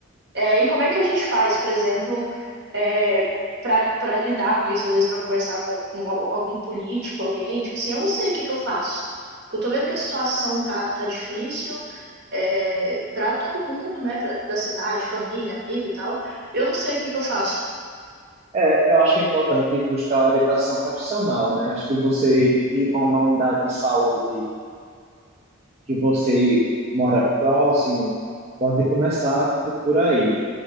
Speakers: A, on the right; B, on the right.
A: É, e como é que a gente faz, por exemplo, é, para lidar com isso, às vezes para conversar com, com al- algum político, alguém, tipo assim, eu não sei o que que eu faço. Porque Eu tô vendo que a situação tá, tá difícil é, para todo mundo, né? Pra, da cidade, família, amigo e tal. Eu não sei o que que eu faço.
B: É, Eu acho que é importante buscar orientação profissional, né? Acho que você ir para uma unidade de saúde que você mora próximo, pode começar por, por aí.